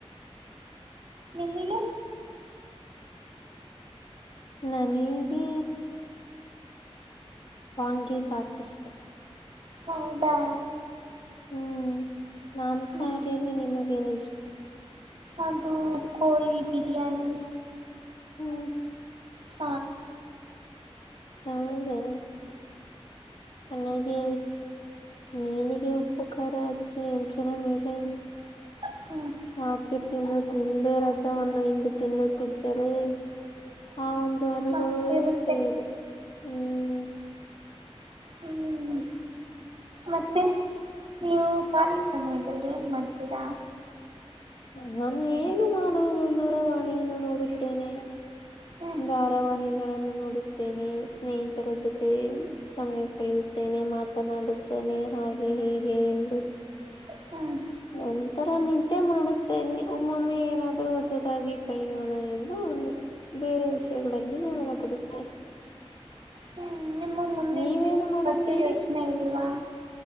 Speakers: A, on the right; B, on the left.
A: ನಿಮಿಗೆ
B: ನನಿಗೆ ವಾಂಗಿಬಾತ್ ಇಷ್ಟ
A: ಹೌದಾ
B: ಹ್ಮ್ ಮಾಂಸಾಹಾರಿಲಿ
A: ಹ್ಮ್,
B: ನಿಮಗೇನು ಇಷ್ಟ
A: ಅದು ಕೋಳಿ ಬಿರಿಯಾನಿ
B: ಹ್ಮ್
A: ಚ
B: ಹಾ ಹಾ ನನಿಗೆ ಮೀನಿಗೆ ಉಪ್ಪು ಖಾರ ಅಚ್ಚಿ ಅಂಚಿನ ಮಲೆ
A: ಹೂವು
B: ಹಾಕಿ ತಿನ್ನು ನಿಂಬೆ ರಸವನ್ನು ಇಂಡು ತಿನ್ನುತ್ತಿದ್ದರೆ ಆ ಒಂದು ಅನುಭವವೇ
A: ಮತ್ತಿರುತ್ತೆ
B: ಬೇರೆ ಹ್ಮ್ ಹ್ಮ್
A: ಹ್ಮ್ ಮತ್ತೆ ನೀವು ಖಾಲಿ ಸಮಯದಲ್ಲಿ ಏನ್ ಮಾಡ್ತೀರಾ
B: ನಾನು ಏನು ಮಾಡುವುದು ದೂರವಾಣಿಯನ್ನು ನೋಡುತ್ತೇನೆ
A: ಹ್ಮ್
B: ಧಾರಾವಹಿ ಗಳನ್ನು ನೋಡುತ್ತೇನೆ ಸ್ನೇಹಿತರ ಜೊತೆ ಸಮಯ ಕಳೆಯುತ್ತೇನೆ ಮಾತನಾಡುತ್ತನೆ ಹಾಗೆ ಹೀಗೆ ಎಂದು
A: ಹ್ಮ
B: ನಂತರ ನಿದ್ದೆ ಮಾಡುತ್ತೇನೆ ಒಮ್ಮೊಮ್ಮೆ ಏನಾದ್ರೂ ಹೊಸದಾಗಿ ಕಳಿಯೋಣ ಎಂದು ಬೇರೆ ವಿಷಯಗಳಲ್ಲಿ ನಾವನ ಕೊಡುತ್ತೇನೆ
A: ಹ್ಮ್ ನಿಮ್ಮ ಮುಂದಿನ
B: ನೀವೇನು
A: ಜೀವನದ
B: ಮಾಡುತ್ತೀರಿ
A: ಬಗ್ಗೆ ಯೋಚನೆ ಇಲ್ವಾ